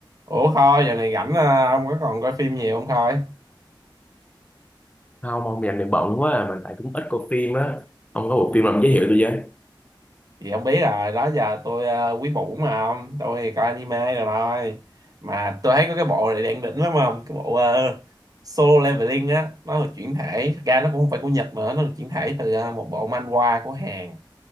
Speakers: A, on the right; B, on the left.
A: Ủa Khôi, giờ này rảnh à, ông có còn coi phim nhiều không Khôi?
B: không ông dành này bận quá à. mà tại cũng ít coi phim á ông có bộ phim nào ông giới thiệu tôi với
A: Thì ông biết rồi, đó giờ tôi à, quý bủ mà ông, tôi thì coi anime rồi thôi. Mà tôi thấy có cái bộ này đang đỉnh lắm không? Cái bộ ờ, Solo Leveling á, nó được chuyển thể, thật ra nó cũng không phải của Nhật nữa, nó được chuyển thể từ à, một bộ manhwa của Hàn.